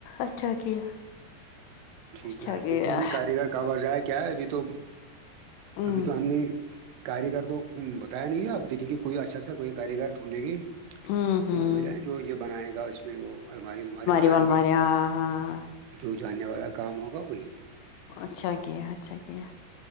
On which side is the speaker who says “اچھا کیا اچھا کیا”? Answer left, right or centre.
Left